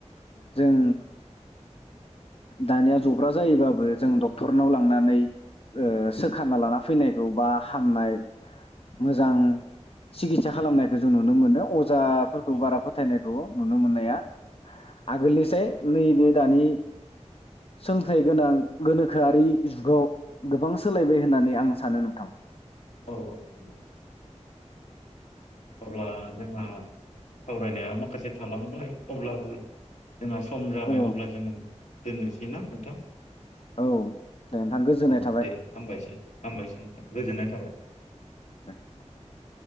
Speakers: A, on the left; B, on the left.
A: जों दानिया जब्रा जायोबाबो जों डक्टरनाव लांनानै ओ सोखाना लाना फैनायखौ बा हामनाय मोजां सिकित्सा खालामनाय जों नुनो मोनो अज जाफोरखौ
B: औ
A: बारा फोथायनाय खौ नुनो मोननाया आगोलनिसाय नैबे दानि सोलोंथाइ गोनां गोनोखोआरि जुगाव गोबां सोलायबाय होननानै आं सानो नोंथां।
B: औ औ नोंगौ। अब्ला जोंहा सावरायनाया माखासे थालांबाय अब्लाबो जोंहा सम जाबाय
A: औ
B: अब्ला जोङो दोननोसै ना नोंथां?
A: औ दे नोंथां गोजोननाय
B: औ
A: थाबाय।
B: दे हामबायसै हामबायसै नोंथां गोजोननाय थाबाय।
A: <unintelligible>